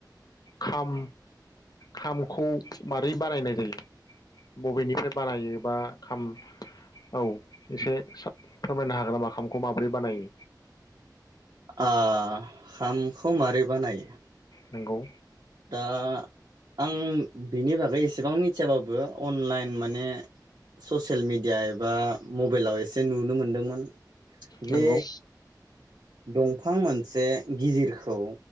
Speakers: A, on the left; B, on the right.
A: खाम खामखौ मारै बानायनाय जायो बबेनिफ्राय बानायो बा खाम औ एसे स <unintelligible> फोरमायनो हागोन नामा खाम माब्रै बानायो
B: आ खामखौ मारै बानायो?
A: नोंगौ
B: दा आं बिनि बागै एसेबां मिथियाबाबो अनलाइन माने ससियेल मिडिया एबा मबाइलाव एसे नुनो मोनदोंमोन जे
A: नंगौ
B: दंफां मोनसे बे गिदिरखौ